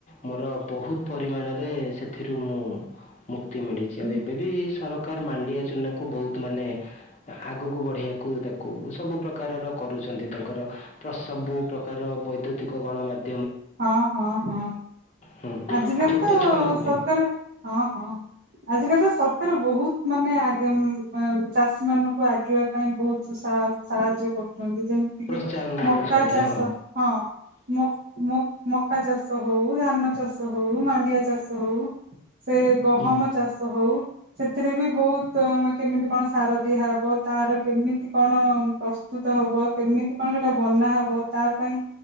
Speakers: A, on the left; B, on the right.
A: ମୋର ବହୁତ ପରିମାଣରେ ସେଥିରୁ ମୁଁ ମୁକ୍ତ ତି ମିଳିଚି ଆଉ
B: ହୁଁ।
A: ଏବେ ବି ସରକାର ମାଣ୍ଡିଆ ଚୁନା କୁ ବହୁତ ମାନେ ଆଗକୁ ବଢିବାକୁ ତାକୁ ସବୁ ପ୍ରକାରର କରୁଚନ୍ତି ତାଙ୍କର ପ୍ରସ ସବୁ ପ୍ରକାରର ବୈଦ୍ୟୁତିକ ଗଣମାଧ୍ୟମ
B: ହଁ ହଁ ହଁ।
A: ହୁଁ
B: ଆଜିିକାଲ
A: ଛୋଟ
B: ତ
A: ଛୁଆଙ୍କୁ
B: ସରକାର
A: ବି
B: ହଁ ହଁ ଆଜିିକାଲି ତ ସରକାର ବହୁତ ମାନେ ଆଗେ ଏମ୍ ଚାଷୀ ମାନଙ୍କୁ ଆଗେଇବା ପାଇଁ ବହୁତ ଅ ସାହାଯ୍ୟ କରୁ ଯେମିତି
A: ପ୍ରୋତ୍ସାହନ
B: କି ମକା
A: ଦେଉଛନ୍ତି
B: ଚାଷ
A: ହଁ
B: ହଁ ମ ମ ମକା ଚାଷ ହଉ ଧାନ ଚାଷ ହଉ ମାଣ୍ଡିଆ ଚାଷ ହଉ ସେ ଗହମ
A: ହୁଁ
B: ଚାଷ ହଉ ସେଥିରେ ବି ବହୁତ ମେ କେମିତି କଣ ସାର ଦିଆହବ ତାର କେମିତି କଣ ପ ପ୍ରସ୍ତୁତ ହବ କେମିତି କଣ ସେଟା ବନା ହବ ତା ପାଇଁ